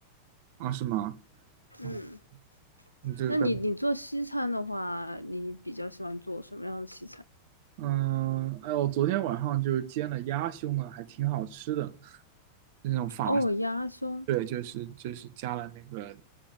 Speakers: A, on the right; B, on the left.
A: 啊，是吗？
B: 嗯，
A: 哦，你这个，
B: 那你你做西餐的话，你比较喜欢做什么样的西餐？
A: 嗯，哎，我昨天晚上就是煎了鸭胸啊，还挺好吃的，那种法，
B: 哦，鸭胸，
A: 对，就是就是加了那个